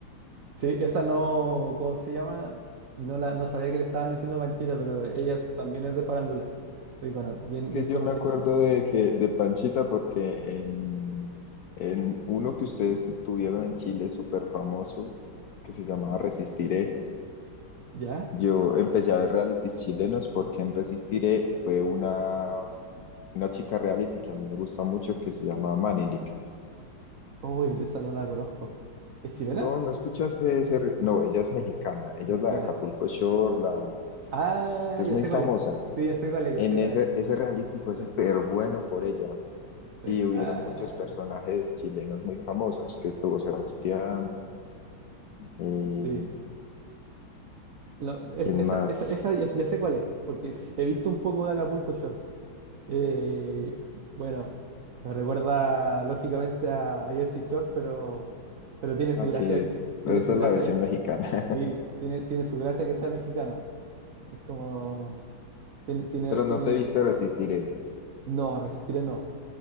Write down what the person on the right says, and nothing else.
Sí, esa no, ¿cómo se llama? No la, no sabía que le estaban diciendo Panchita, pero ella también es de farándula. Sí, cono- bien,
bien conocida.
¿Ya?
Uy, esa no la conozco. ¿Es chilena?
¿Es mexicana?
Ah,
ya
sé
cuál es. Sí, ya sé cuál es,
ya sé cuál
es.
Sí,
sí,
sí.
Ah,
sí. No, es-
esa,
esa, esa ya, ya sé cuál es, porque sí, he visto un poco de Acapulco Shore. Eh, bueno, me recuerda lógicamente a, a Jersey Shore, pero, pero tiene
su gracia, tiene
su gracia,
sí, tiene, tiene su gracia que sea mexicano. Es como, tiene, tiene,
tiene,
no, resistiré no.